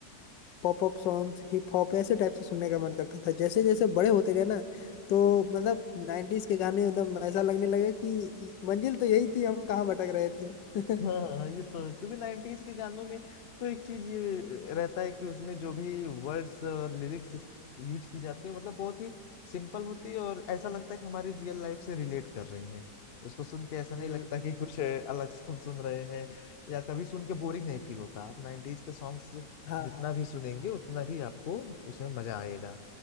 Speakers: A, on the left; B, on the left.
A: pop up songs hip hop ऐसे टाइप से सुनने का मन करता था जैसे जैसे बड़े होते गए ना तो मतलब नाइन्टीज के गाने एकदम ऐसा लगने लगा कि मंजिल तो यही थी हम कहाँ भटक रहे थे
B: हाँ
A: <laughs>
B: ये तो है। क्योंकि नाइनटीज के गानों में तो एक चीज ये रहता है कि उसमें जो भी वर्ड्स और लिरिक्स यूज की जाती है मतलब बहुत ही सिंपल होती है और ऐसा लगता है कि हमारी रियल लाइफ से रिलेट कर रही है उसको सुन के ऐसा नहीं
A: हम्म
B: लगता कि कुछ है, अलग से हम सुन रहे हैं या कभी सुन के बोरिंग नहीं फील होता आप नाइनटीज के सॉन्ग्स
A: हाँ
B: जितना
A: हाँ
B: भी सुनेंगे उतना भी आपको उसमें मजा आएगा